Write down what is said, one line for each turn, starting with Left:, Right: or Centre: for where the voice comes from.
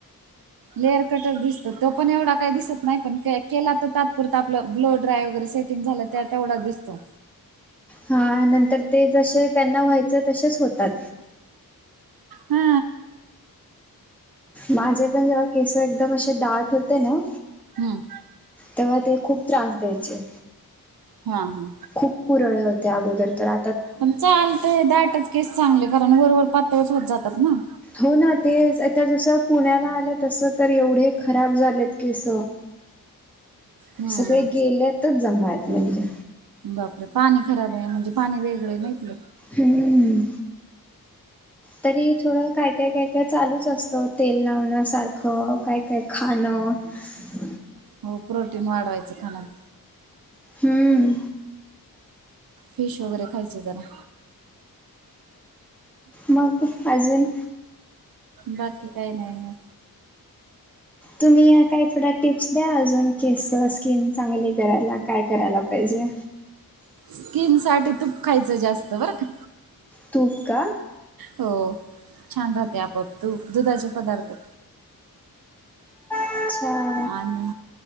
Right: लेअर कटच दिसत, तो पण एवढा काही दिसत नाही. पण केला तर तात्पुरत आपलं, ब्लो ड्राय वगैरे सेट सेटींग झालं, त्या तेवढा दिसतो.
Centre: हा, नंतर ते जसे त्यांना व्हायचं तसेच होतात.
Right: हा,
Centre: माझे पण, जेव्हा केस एकदम असे, दाट होते ना.
Right: हम्म,
Centre: तेव्हा ते, खूप त्रास द्यायचे.
Right: हा, हा,
Centre: खूप कुरळे होते, अगोदर तर आ
Right: पण चालतय, दाटच केस चांगले, कारण वरवरर पातळच होत जातात ना.
Centre: हो, ना ते च आता जसं पुण्याला आले तसं, तर एवढे खराब झालेत केस.
Right: हम्म
Centre: सगळे, गेल्यातच जमाआहेत म्हणजे,
Right: बापरे, पाणी खराब आहे, म्हणजे पाणी वेगळे आहे ना इथंल.
Centre: हम्म, तरी, थोडं काय -काय -काय- काय चालूच असतं. तेल लावण्यासारखं काय -काय खाणं. <unintelligible>
Right: हो, प्रोटीन वाढवायचं खाण्यातून,
Centre: हम्म.
Right: फिश वगैरे खायच जरा.
Centre: मग अजून?
Right: बाकी काही नाही मग.
Centre: तुम्ही काही थोड्या टिप्स द्या अजून, केस स्किन चांगली करायला काय करायला पाहिजे?
Right: स्किन साठी तूप खायचं जास्त बरं का.
Centre: तुप का?
Right: हो छान राहते, आपोआप तूप, दुधाचे पदार्थ.
Centre: अच्छा. <inaudible>
Right: आणि